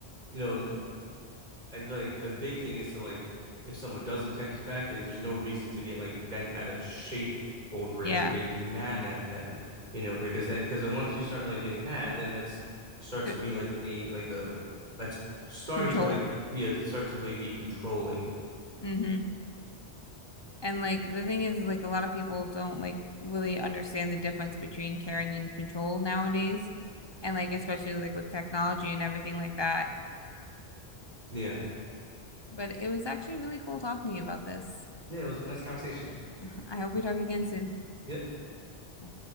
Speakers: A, on the right; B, on the left.
A: you know I, like the big thing is to like if someone doesn't text you back, there's no reason to get like bent out of shape over
B: Yeah.
A: it or get mad at them, you know, because that because once you start like getting mad, then that's starts
B: The
A: to be like a like a that's starting
B: control.
A: to like yeah start to like be controlling.
B: hmm And like the thing is, like a lot of people don't like really understand the difference between caring and control nowadays. And like especially like with technology and everything like that.
A: Yeah,
B: But it was actually really cool talking to you about this.
A: yeah, it was a nice conversation.
B: <laughs> I hope we talk again soon.
A: Yep,
B: Bye.